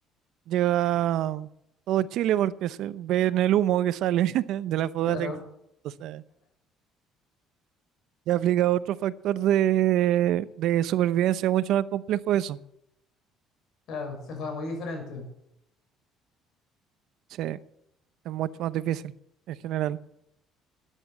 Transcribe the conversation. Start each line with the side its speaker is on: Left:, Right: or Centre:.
Right: llega todo Chile porque se ve en el humo que sale <laughs> de la fogata.
Left: claro.
Right: que- Entonces, ya aplica otro factor de, de supervivencia mucho más complejo eso.
Left: Claro, se juega muy diferente.
Right: Sí, es mucho más difícil en general.